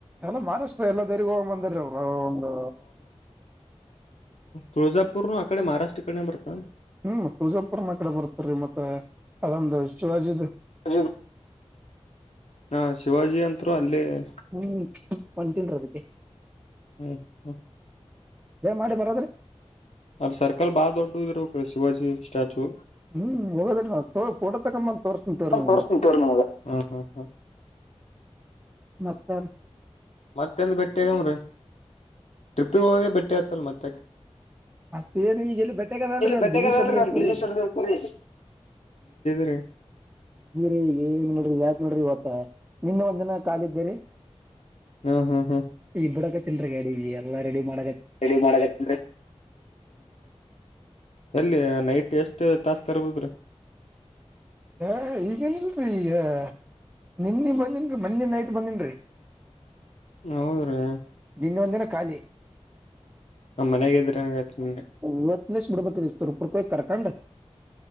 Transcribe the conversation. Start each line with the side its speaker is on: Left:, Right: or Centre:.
Right: ಎಲ್ಲ ಮಹಾರಾಷ್ಟ್ರ ಎಲ್ಲ ದರಿಗ್ ಹೋಗ್ ಬಂದಾರಿ ಅವ್ರು ಒಂದು
Left: ತುಳಸ ಪೂರ್ವ, ಆ ಕಡೆ ಮಹಾರಾಷ್ಟ್ರ ಕಡೆ, ಬರುತೇನೂರಿ.. <inaudible>
Right: ಹ್ಮ್, ತೂಜಾಪುರ್ನ ಕಡೆ ಬರ್ತ್ರೀ! ಮತ್ತೆ ಅದೊಂದು ಶಿವಾಜದು! <inaudible>
Left: ಹ ಹಾ, ಶಿವಾಜಿ ಅಂತರು! ಅಲ್ಲೆ.. <inaudible>
Right: ಹ್ಮ್ ಒಂದ್ತನ್ರ ಅದಕ್ಕೆ
Left: ಹ್ಮ್ ಹ್ಮ್
Right: ಮಾಡಿ ಬರೋದ್ರಿ
Left: ಅಲ್ಲಿ ಸರ್ಕಲ್ ಬಾಳ ದೊಡ್ಡ ಇರಬೇಕು ಶಿವಾಜಿ ಸ್ಟ್ಯಾಚು
Right: ಹ್ಮ್, ಹೋಗದಿ ತಕೊ ಪೋಟೊ ತಾಕೋಬಂದ ತೋರಿಸ್ತೀನಿ ನಿಮಗ
Left: ತೋರ್ಸ್ತನ್ ತೋರಿ ನಿಮಗ ಹಾ ಹಾ ಹಾ
Right: ಮತ್ತ
Left: ಮತ್ತೆ ಹೇಳಿ ಬಿಟ್ಟು ಹೇಳಿ ಟ್ರಿಪ್ಗೆ ಹೋಗಿ ಬಿಟ್ಟೆ ಮಾತಾಲ್ ಮಾತೇಕೆ
Right: ಮತ್ತೇಏನ್ ಈಗ ಎಲ್ಲಿ ಬಟೆಗ ಅದಲ್ರಿ ನಮ್
Left: ಬೆಟ್ಟೆಗದಲ್ರಿ
Right: ಬಿಸಿ ಸ್ಕೀಡೆಲ್ ಇರುತ್ತೆ
Left: ನಮ್ ಬಿಸಿ ಸಡದರ್ತರಿ <inaudible>
Right: ಜೀರಿ ಈಗ ಎಲ್ಲಿ ನೋಡಿ ಯಾಕ್ ನೋಡ್ರಿ ಮತ್ತ ನೆನ್ನೆ ಒಂದಿನ ಕಾಲಿದ್ದೀರಿ
Left: ಹಾ ಹಾ ಹಾ
Right: ಇಬುಡಕತಿನ್ರೀ ಗಾಡಿನ ಎಲ್ಲ ರೆಡಿ ಮಾಡ
Left: ರೆಡಿ ಮಾಡಕತಿನ್ರಿ. ಅಲ್ಲಿ ನೈಟ್ ಎಷ್ಟು ತಾಸ್ ತರಬೇಕು ರೀ
Right: ಹ ಈಗೇನಿಲ್ರರಿ ಈಗ ನಿನ್ನ ಬಂದನ್ರಿ ಮೊನ್ನೆ ನೈಟ್ ಬಂದನ್ರರಿ
Left: ಹೌದ್ರೀ
Right: ಇನ್ನೊಂದಿನ ಖಾಲಿ
Left: ನಮ್ ಮನ್ಯಾಗ ಇದ್ರಿ ಹಂಗೈತ್ರಿ ನಿನ್ನೆ
Right: ಇವತ್ ಲಷ್ಟ ಬಿಡ್ಬೇಕ ಸರ್ಪುರ್ಕಯ ಕರ್ಕಂಡ್ರ